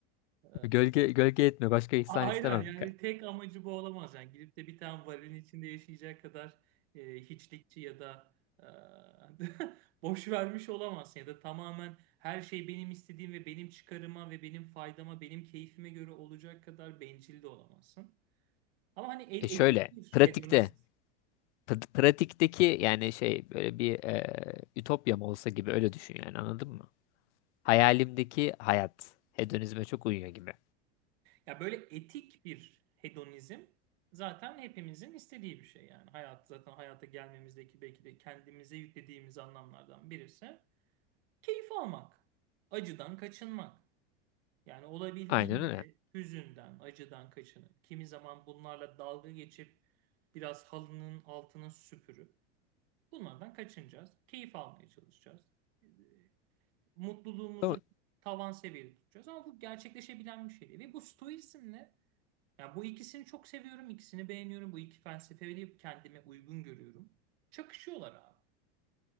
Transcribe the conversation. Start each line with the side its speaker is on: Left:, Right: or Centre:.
Right: Ee,
Left: Gölge, gölge etme. Başka ihsan
Right: a- aynen
Left: istemem.
Right: yani tek amacı bu olamaz yani gidip de bir tane varilin içinde yaşayacak kadar e, hiçlikçi ya da e, <laughs> boş vermiş olamazsın ya da tamamen her şey benim istediğim ve benim çıkarıma ve benim faydama benim keyfime göre olacak kadar bencil de olamazsın. Ama hani e-
Left: E şöyle.
Right: etik bir
Left: Pratikte.
Right: hedonist
Left: pra- Pratikteki yani şey böyle bir e, ütopyam olsa gibi öyle düşün yani anladın mı? Hayalimdeki hayat. Hedonizme çok uyuyor gibi.
Right: Ya böyle etik bir hedonizm zaten hepimizin istediği bir şey yani. Hayat zaten hayata gelmemizdeki belki de kendimize yüklediğimiz anlamlardan birisi keyif almak, acıdan kaçınmak. Yani olabildiğince
Left: Aynen öyle.
Right: hüzünden, acıdan kaçının kimi zaman bunlarla dalga geçip biraz halının altını süpürüp bunlardan kaçınacağız. Keyif almaya çalışacağız. Ee, Mutluluğumuzu
Left: Ama
Right: tavan seviyede tutacağız ama bu gerçekleşebilen bir şey değil. Ve bu stoizmle yani bu ikisini çok seviyorum, ikisini beğeniyorum. Bu iki felsefeyi kendime uygun görüyorum. Çakışıyorlar abi.